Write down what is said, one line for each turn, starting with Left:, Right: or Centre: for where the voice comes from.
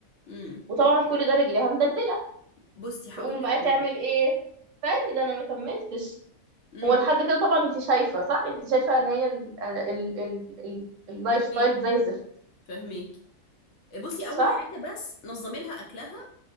Left: امم
Right: وطبعا كل ده رجليها مدلدلة
Left: بصي هقول
Right: تقوم
Left: لك
Right: بقى
Left: حاجه
Right: تعمل ايه استني ده انا ما كملتش
Left: امم
Right: هو لحد كده طبعا انت شايفه صح انت شايفه ان هي ال- ال- ال- ال- اللايف
Left: فهميك
Right: ستايل زي الزفت
Left: فهميك بصي اول
Right: صح
Left: حاجه بس نظمي لها اكلها